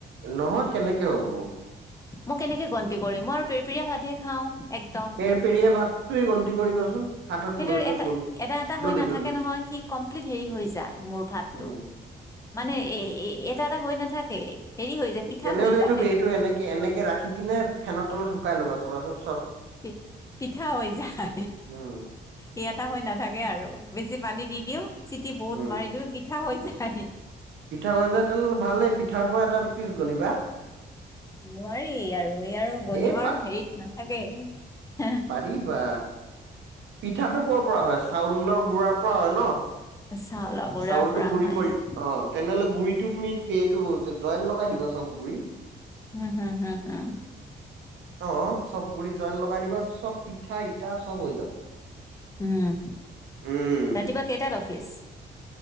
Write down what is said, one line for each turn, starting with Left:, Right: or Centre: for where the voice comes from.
Right: নহয়, কেনেকে হ'ব।
Left: মই কেনেকে গন্তি কৰিম। মই আৰু পেপেৰিয়া ভাতহে খাওঁ। একদম
Right: পেৰিয়া ভাতটোয়ে গন্তি কৰিবাচোন। হাতত
Left: সেইটো
Right: লৈ লৈ
Left: এটা
Right: গন
Left: এটা এটা
Right: দলি
Left: হৈ নাথাকে
Right: দলি
Left: নহয়। সি কমপ্লিট হেৰি হৈ যায় মোৰ ভাতটো।
Right: উম।
Left: মানে এ, এটা এটা হৈ নাথাকে। হেৰি হৈ যায় পিঠা
Right: কেনেহ'লে
Left: হৈ যায়
Right: এইটো এইটো এনেকে এনেকে ৰাখি কিনে ফেনৰ তলত শুকাই ল'বা চাবাচোন।
Left: পি পিঠা হৈ যায়।
Right: উম,
Left: এটা হৈ নাথাকে, আৰু বেছি পানী দি দিওঁ, চিটি বহুত
Right: উম।
Left: মাৰি দিওঁ, পিঠা হৈ যায়।
Right: পিঠা হৈ যায়। তেনেহ'লে ভালেই পিঠাৰ পৰা এটা পিচ গনিবা।
Left: নোৱাৰি আৰু এই আৰু গণিবৰ
Right: এই
Left: হেৰিত নাথাকে।
Right: এই বা পিঠাটো ক'ৰপৰা হয়। চাউলৰ গুড়াৰ পৰা হয় ন।
Left: চাউলৰ গুড়াৰ
Right: চাউলটো
Left: পৰা
Right: গুৰি
Left: হয়
Right: কৰি অ' তেনেহ'লে গুৰিটো তুমি এইটো জইণ্ট লগাই দিবা চ'ব গুড়ি
Left: হুম, হুম, হুম
Right: অ' চ'ব গুড়ি জইণ্ট লগাই দিবা চ'ব পিঠা ইটা চ'ব হৈ যাব
Left: উম,
Right: উম
Left: ৰাতিপুৱা কেইটাত অফিচ